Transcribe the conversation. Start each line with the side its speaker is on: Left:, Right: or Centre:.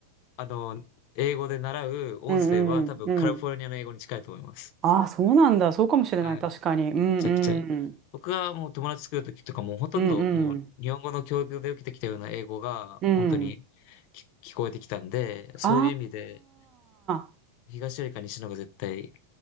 Left: あの、英語で習う音声は多分カリフォルニアの英語に近いと思います。
Right: うんうんうん。ああ、そうなんだ。そうかもしれない。
Left: はい。
Right: 確かに。うんうん。
Left: めちゃくちゃ。僕がもう友達作るときとかもうほとんどもう日本語の教育で受けてきたような英語が本当に
Right: うんうん。うん。
Left: き聞こえてきたんで、そういう意味で
Right: ああ。
Left: 東よりか西の方が絶対